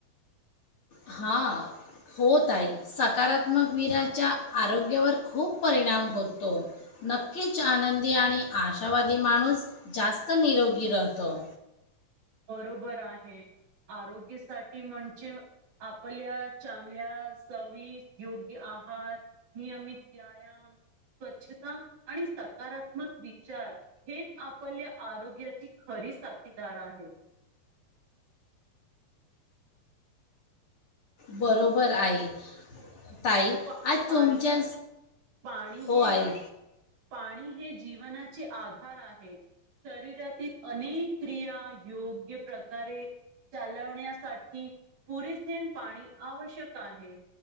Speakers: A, on the left; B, on the right.
A: हा होत आहे सकारात्मक वीराच्या आरोग्यावर खूप परिणाम होतो नक्कीच आनंदी आणि आशावादी माणूस जास्त निरोगी राहतो
B: बरोबर आहे आरोग्यासाठी म्हणजे आपल्या चांगल्या सवि योग्य आहार नियमित व्यायाम स्वच्छता आणि सकारात्मक विचार हेच आपल्या आरोग्याची खरी साथीदार आहे
A: बरोबर आहे ताई
B: पा
A: आज
B: पाणी
A: तुमच्या
B: पाणी
A: हो
B: हे
A: आई
B: पाणी हे जीवनाचे आधार आहे शरीरातील अनेक क्रिया योग्य प्रकारे चालवण्यासाठी पुरेसेन पाणी आवश्यक आहे